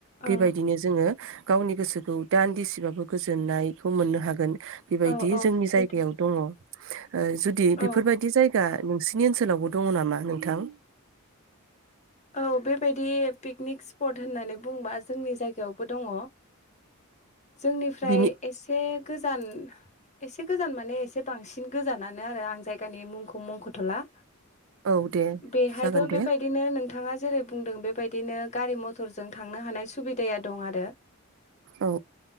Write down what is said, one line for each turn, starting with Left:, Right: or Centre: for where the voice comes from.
Right: बेबायदिनो
Left: ओं
Right: जोङो गावनि गोसोखौ दान्दिसेबाबो गोजोननायखौ मोननो हागोन बेबायदि
Left: औ औ
Right: जोंनि
Left: सैथो
Right: जायगायाव दङ <inaudible> जुदि बेफोरबायदि
Left: औ
Right: जायगा नोंसिनि ओनसोल ओनसोलावबो दङ नामा नोंथां
Left: औ बे बेबायदि पिकनिक स्पट होननानै बुंङोबा जोंनि जायगायावबो दङ जोंनिफ्राय
Right: बिनि
Left: एसे गोजान एसे गोजान माने एसे बांसिन गोजानानो आरो आं जायगानि मुंखौ मुंखथला
Right: औ दे
Left: बेहायबो
Right: जागोन दे
Left: बेबायदिनो नो दा जेरै बुंदों बेबायदिनो गारि मथरजों थांनो हानाय सुबिदाया दं आरो
Right: औ ओ